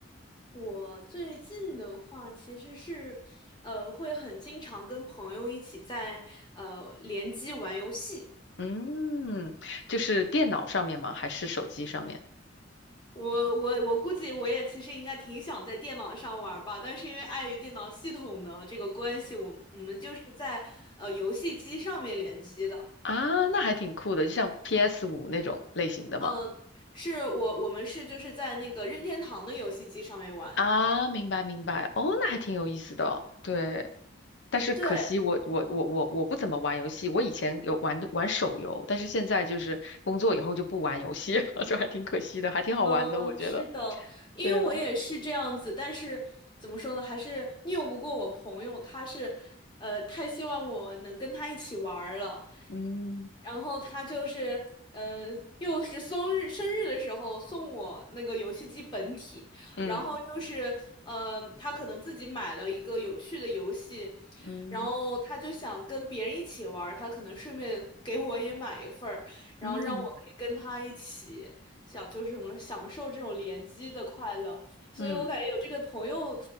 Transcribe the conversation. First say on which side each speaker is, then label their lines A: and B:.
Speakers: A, on the left (about 25°); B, on the left (about 65°).
A: 我最近的话，其实是，呃，会很经常跟朋友一起在呃联机玩游戏。
B: 嗯，就是电脑上面吗？还是手机上面？
A: 我我我估计我也其实应该挺想在电脑上玩儿吧，但是因为碍于电脑系统的这个关系，我们我们就是在呃游戏机上面联机的。
B: 啊，那还挺酷的，就像 p s 五那种类型的吗？
A: 嗯，是我我们是就是在那个任天堂的游戏机上面玩。
B: 啊，明白明白，哦，那还挺有意思的，对。但是可惜我我我我我不怎么玩游戏，
A: 对，
B: 我以前有玩玩手游，但是现在就是工作以后就不玩游戏了，<laughs> 就还挺可惜的，还挺好玩的，
A: 嗯，
B: 我觉得。
A: 是的，因为我也是这样子，
B: 对了，
A: 但是怎么说呢，还是拗不过我朋友，他是，呃，太希望我能跟他一起玩儿了，
B: 嗯
A: 然后他就是，呃，又是生日生日的时候送我那个游戏机本体，
B: 嗯
A: 然后又是，呃，他可能自己买了一个有趣的游戏，
B: 嗯
A: 然后他就想跟别人一起玩儿他可能顺便给我也买一份儿，然后让我可以跟他一起。
B: 嗯
A: 想就是什么享受这种联机的快乐，所以我感觉有这个朋友
B: 嗯。